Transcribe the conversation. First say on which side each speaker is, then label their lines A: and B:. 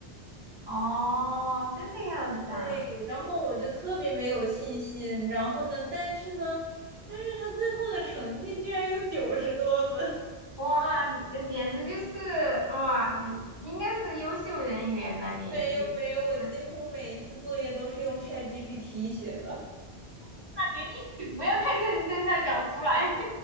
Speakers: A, on the right; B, on the right.
A: 哦，这个样子啊，
B: 对，然后我就特别没有信心，然后呢，但是呢，但是他最后的成绩居然有九十多分，
A: 哇，你那简直就是哇，你应该是优秀人员呐、
B: <laughs>
A: 你你，
B: 没有没有，我几乎每一次作业都是用
A: 那
B: ChatGPT 写的
A: 你你不要太认真了，讲出来。<laughs>